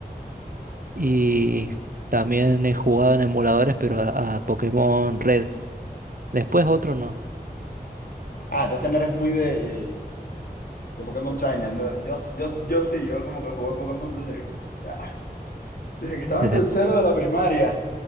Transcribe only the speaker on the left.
Ah, entonces no eres muy de, eh, de Pokémon Trainer. ¿no? Yo, yo, yo sí, yo como que jugué Pokémon desde, ah, desde
que estaba
en tercero de la primaria.